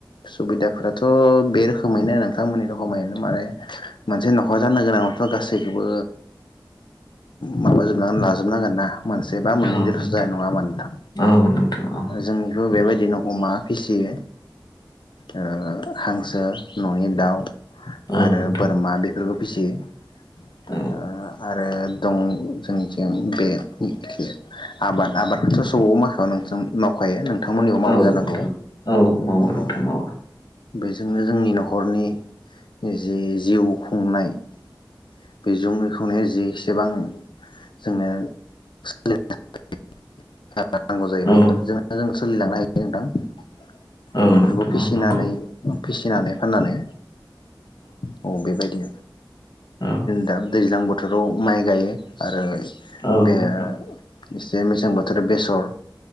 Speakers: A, on the left; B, on the left.
A: सुबिदाफोराथ' बे रोखोमैनो नोंथांमोननि रखोमैोन माने मोनसे न'खर जानो गोनाङथ' गासैखौबो माबाजोब लाजोबनांगोन ना मोनसे बा मोननै
B: औ
A: देरसो
B: नोंथां
A: जाया नङा मा नोंथां
B: औ नोंथां औ
A: जोंनिफ्रायबो बेबायदि दि नाव अमा फिसियो ओ हांसो न'नि दाउ
B: औ
A: आरो
B: नोंथां
A: बोरमा बे बेफोरखौ फिसियो
B: औ
A: आरो दं जोंनिथि बेखे आबाद आबादखौथ' स माखायाव नों मावखायो नों नोंथांमोननियाव मावो
B: औ
A: जानांगौ
B: नोंथां औ मावो नोंथां
A: औ
B: मावो
A: बेजोंनो जोंनि न'खरनि जि जिउ खुंनाय <unintelligible> नांगौ जायो बेफोरजोंनो
B: औ
A: जों सोलिलांनो हायो <unintelligible>
B: औ
A: बेफोरखौ
B: नोंथां
A: फिसिनानै
B: औ नंगौ
A: फिसिनानै फाननानै औ बेबायदि
B: औ
A: दा दैज्लां बोथोराव माइ गायो आरो
B: औ
A: बे
B: नोंथां
A: एसे मेसें बो बेसर